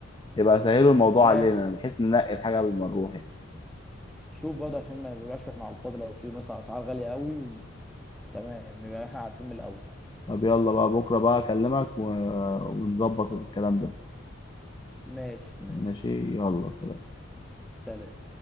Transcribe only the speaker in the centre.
ماشي
شوف برضه عشان ما نبقاش احنا على الفاضي لو في مثلا أسعار غالية قوي وتمام يبقى احنا عارفين من الأول
ماشي ماشي
سلام